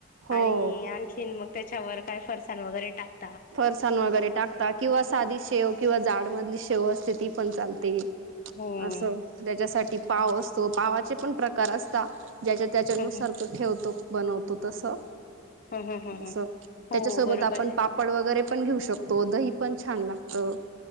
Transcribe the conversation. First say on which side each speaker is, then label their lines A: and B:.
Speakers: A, on the right; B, on the left.
A: हो
B: आणि आणखीन मगं त्याच्यावर काय फरसान वगैरे टाक
A: फरसाण वगैरे टाकता किंवा साधी शेव किंवा जाडमधली शेव असते ती पण चालतें.
B: हो हम्म
A: असं ज्याच्यासाठी पाव असतो पावाचे पण प्रकार असतां ज्याच्या त्याच्यानुसार
B: हम्म
A: तो ठेवतो. बनवतो तसं
B: हम्म हम्म हम्म
A: असं
B: हो
A: त्याच्यासोबत
B: बरोबर
A: आपण
B: आहे.
A: पापड वगैरे पण घेऊ शकतो दही पण छान लागतं.